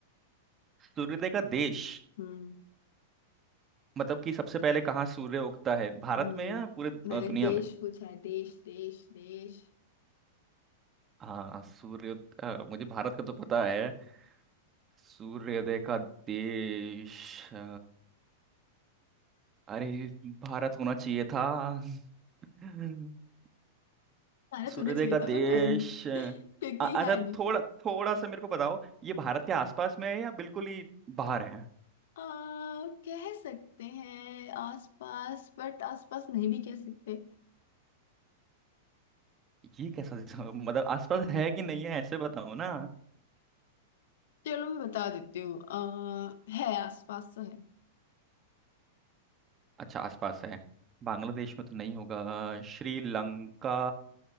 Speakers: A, on the right (about 20°); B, on the left (about 70°).
A: सूर्योदय का देश
B: हम्म
A: मतलब कि सबसे पहले कहाँ सूर्य उगता है भारत
B: हम्म
A: में या पूरे
B: मैंने
A: अ, दुनिया
B: देश
A: में
B: पूछा है देश देश देश
A: हाँ सूर्य अ, मुझे भारत का तो पता है सूर्योदय का देश अ, अरे भारत होना चाहिए था <laughs>
B: भारत
A: सूर्योदय
B: होना चाहिए
A: का देश
B: था बट है नहीं
A: अ-
B: <laughs> क्योंकि
A: अच्छा
B: है
A: थोड़ा थोड़ा सा मेरे को बताओ ये भारत के आसपास में है या बिल्कुल ही बाहर है
B: आ, कह सकते हैं आसपास बट आसपास नहीं भी कह सकते
A: ये कैसा जवाब? मतलब आसपास है कि नहीं है ऐसे बताओ ना
B: चलो मैं बता देती हूँ आ, है आसपास तो है
A: अच्छा आसपास है बांग्लादेश में तो नहीं होगा श्रीलंका